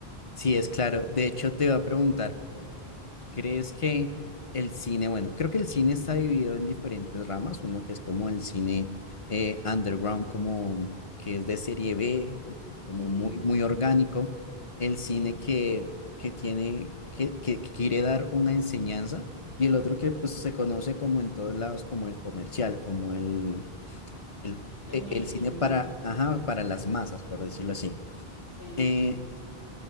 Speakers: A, on the left (about 35°); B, on the left (about 80°).
A: sí, es claro. De hecho, te iba a preguntar. ¿Crees que el cine, bueno, creo que el cine está dividido en diferentes ramas, uno que es como el cine eh, underground, como que es de serie B, como
B: Ujú,
A: muy, muy orgánico, el
B: Sí,
A: cine que, que tiene, que, que- que quiere dar una enseñanza, y el otro que pues se conoce como en todos lados, como el comercial, como el, el,
B: el
A: e-
B: mainstream,
A: el cine para,
B: digamos.
A: ajá, para las masas, por decirlo así.
B: Sí,
A: Eh,